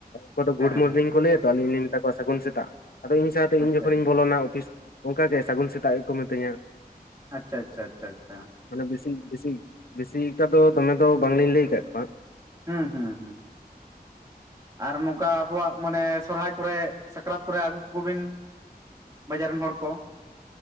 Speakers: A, on the left; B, on the right.
A: ᱚᱠᱚᱫᱚ
B: ᱦᱮᱸ
A: ᱜᱩᱰ ᱢᱚᱨᱱᱤᱝ
B: ᱦᱮᱸ
A: ᱠᱚ ᱞᱟᱹᱭᱟ ᱛᱚ ᱟᱞᱤᱧ ᱞᱤᱧ ᱢᱮᱛᱟ ᱠᱚᱣᱟ ᱥᱟᱹᱜᱩᱱ ᱥᱮᱛᱟᱜ ᱟᱫᱚ ᱤᱧ ᱥᱟᱶᱛᱮ ᱤᱧ
B: ᱟᱪᱪᱷᱟ
A: ᱡᱚᱠᱷᱚᱱᱤᱧ ᱵᱚᱞᱚᱱᱟ ᱚᱯᱷᱤᱥ᱾ ᱚᱱᱠᱟ ᱜᱮ ᱥᱟᱹᱜᱩᱱ ᱥᱮᱛᱟᱜ ᱜᱮ ᱠᱚ ᱢᱤᱛᱟᱹᱧᱟ
B: ᱟᱪᱪᱷᱟ ᱟᱪᱷᱟ ᱟᱪᱪᱷᱟ ᱟᱪᱪᱷᱟ
A: ᱢᱟᱱᱮ ᱵᱮᱥᱤ ᱵᱮᱥᱤ ᱵᱮᱥᱤᱠᱟ ᱫᱚ ᱫᱚᱢᱮ ᱫᱚ ᱵᱟᱝᱞᱤᱧ ᱞᱟᱹᱭ ᱟᱠᱟᱫ ᱠᱚᱣᱟ
B: ᱦᱩᱸ ᱦᱩᱸ ᱦᱩᱸ ᱟᱨ ᱱᱚᱝᱠᱟ ᱟᱵᱚᱣᱟᱜ ᱢᱟᱱᱮ ᱥᱚᱨᱦᱟᱭ ᱠᱚᱨᱮ ᱥᱟᱠᱨᱟᱛ ᱠᱚᱨᱮ ᱟᱹᱜᱩᱠᱚᱵᱤᱱ ᱵᱟᱡᱟᱨ ᱨᱮᱱ ᱦᱚᱲ ᱠᱚ